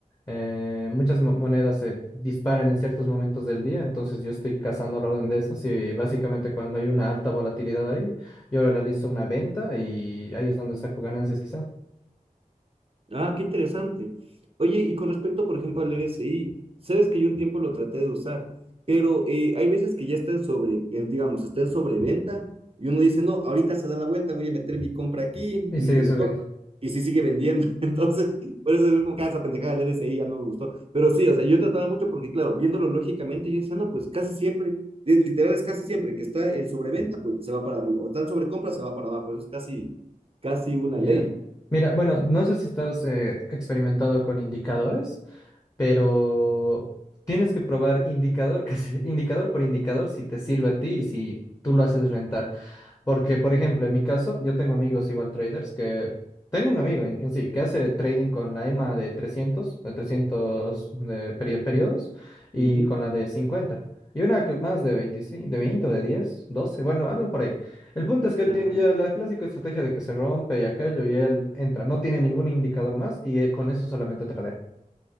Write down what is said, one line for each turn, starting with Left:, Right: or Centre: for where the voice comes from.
Left: eh, muchas mo- monedas se disparan en ciertos momentos del día, entonces yo estoy cazando al orden de esas y básicamente cuando hay una alta volatilidad ahí, yo realizo una venta y ahí es donde saco ganancias quizá
Right: Ah, qué interesante. Oye, y con respecto, por ejemplo, al RSI, sabes que yo un tiempo lo traté de usar, pero eh, hay veces que ya está en sobre, eh, digamos, está en sobreventa y uno dice, no, ahorita se da la vuelta, voy a meter mi compra aquí,
Left: y
Right: mi
Left: sigue
Right: stop,
Left: subiendo.
Right: y si sigue vendiendo. <laughs> Entonces, por eso es como que "Ah, esa pendejada del RSI ya no me gustó. Pero sí, o sea, yo trataba mucho porque, claro, viéndolo lógicamente, yo decía, no, pues casi siempre, es- literal es casi siempre que está en sobreventa, pues se va para arriba, o está en sobrecompra, se va para abajo. Eso es casi, casi una
Left: Ya.
Right: ley.
Left: Mira, bueno, no sé si estás eh, experimentado con indicadores, pero tienes que probar indicador, <laughs> casi- indicador por indicador si te sirve a ti y si tú lo haces rentar. Porque, por ejemplo, en mi caso, yo tengo amigos igual traders que... Tengo un amigo en, en sí que hace trading con la EMA de 300, de trescientos de perio- periodos y
Right: Ujú.
Left: con la de cincuenta Y una que más de 25, de 20 o de 10, 12, bueno, algo por ahí. El punto es que él
Right: Ajá.
Left: tiene ya la clásica estrategia de que se rompe y aquello y él entra. No tiene ningún indicador más y eh, con eso solamente tradea.